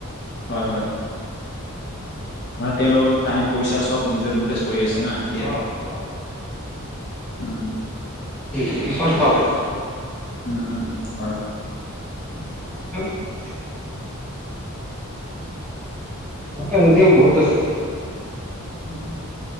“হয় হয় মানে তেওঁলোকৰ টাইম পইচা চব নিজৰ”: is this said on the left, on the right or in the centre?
Left